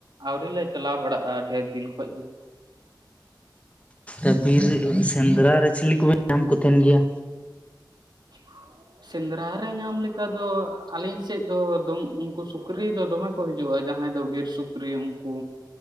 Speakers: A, on the right; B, on the left.
A: ᱟᱣᱨᱤ ᱞᱮ ᱪᱟᱞᱟᱣ ᱵᱟᱲᱟᱜᱼᱟ ᱰᱷᱮᱨ ᱫᱤᱱ ᱠᱷᱚᱱ ᱜᱮ᱾
B: ᱚ ᱵᱤᱨ ᱥᱮᱸᱫᱽᱨᱟ ᱨᱮ ᱪᱤᱞᱤ ᱠᱚᱯᱮ ᱧᱟᱢ ᱠᱚ ᱛᱟᱦᱮᱱ ᱜᱮᱭᱟ?
A: <inaudible> ᱥᱮᱸᱫᱽᱨᱟ ᱨᱮ ᱧᱟᱢ ᱞᱮᱠᱟ ᱫᱚ ᱟᱹᱞᱤᱧ ᱥᱮᱫ ᱫᱚ ᱫᱚᱢ ᱩᱱᱠᱩ ᱥᱩᱠᱨᱤ ᱫᱚ ᱫᱚᱢᱮ ᱠᱚ ᱦᱤᱡᱩᱜᱼᱟ ᱡᱟᱦᱟᱸᱭ ᱫᱚ ᱵᱤᱨ ᱥᱩᱠᱨᱤ ᱩᱱᱠᱩ